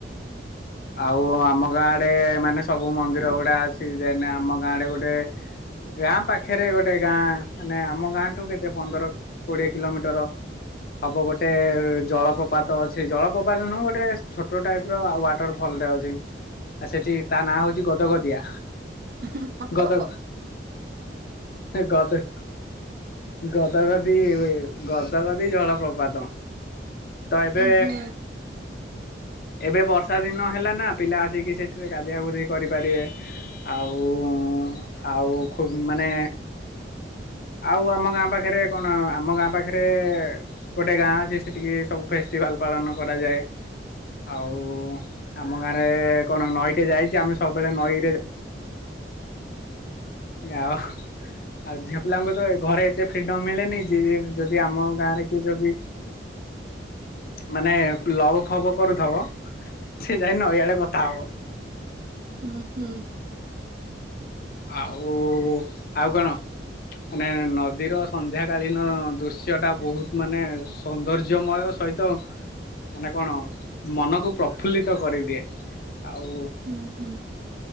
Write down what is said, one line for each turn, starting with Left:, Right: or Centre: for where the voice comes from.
Left: ଆଉ ଆମ ଗାଁଡେ ମାନେ ସବୁ ମନ୍ଦିର ଗୁଡା ଅଛି। ଦେନ ଆମ ଗାଁ ଆଡେ ଗୋଟେ ଟେ ଗ୍ରାମ ପାଖରେ ଗୋଟେ ଗାଁ ମାନେ ଆମ ଗାଁଠୁ କେତେ ପନ୍ଦର କୋଡିଏ କିଲୋମିଟର ହବ ଗୋଟେ ଜଳପ୍ରପାତ ଅଛି। ଜଳପ୍ରପାତ ନୁହଁ ଗୋଟେ ଛୋଟ ଟାଇପ୍ ର ୱାଟର ଫଲ ଅ <unintelligible> ଆ ସେଠି ତା ନାଁ ହଉଛି ଗଦଗଦିଆ।
Right: ଉଁ ହୁଁ
Left: ଗଦ
Right: ହୁଁ
Left: ଗଦ ଗଦଗଦି ଗ ଗଦଗଦି ଜଳ ପ୍ରପାତ। ତ ଏବେ
Right: ହୁଁ। ଭଲ।
Left: ଏବେ ବର୍ଷା ଦିନ ହେଲା ନା ପିଲା ଆସିକି ସେଠରେ ଗାଧିଆଗୁଧି କରିପାରିବେ ଆଉ ଆଉ ଖୁବ ମାନେ ଆଉ ଆମ ଗାଁ ପାଖରେ କଣ ଆମ ଗାଁ ପାଖରେ ଗୋଟେ ଗାଁ ଅଛି ସେଠିକି ସବୁ ଫେଷ୍ଟିଭାଲ ପାଳନ କରାଯାଏ ଆଉ ଆମ ଗାଁରେ କଣ ନଈଟେ ଯାଇଛି ଆମେ ସବୁବେଳେ ନଈରେ ଆଉ ଆଉ ଝିଅ ପିଲାଙ୍କୁ ତ ଘରେ ଏତେ ଫ୍ରିଡମ ମିଳେନି ଯଏ ଯଦି ଆମ ଗାଁରେ କିଏ ଯଦି ମାନେ ଲଭ ଫବ କରୁଥବ ସେ ଯାଇ ନ ଏଆଡେ କଥା ହବ।
Right: ହୁ ହୁ।
Left: ଆଉ ଆଉ କଣ ମାନେ ନଦୀର ସନ୍ଧ୍ୟା କାଳୀନ ଦୃଶ୍ୟ ଟା ବହୁତ ମାନେ ସୌନ୍ଦର୍ଯ୍ୟମୟ ସହିତ ମାନେ କଣ ମନକୁ ପ୍ରଫୁଲ୍ଲିତ କରିଦିଏ। ଆଉ।
Right: ହୁଁ ହୁଁ।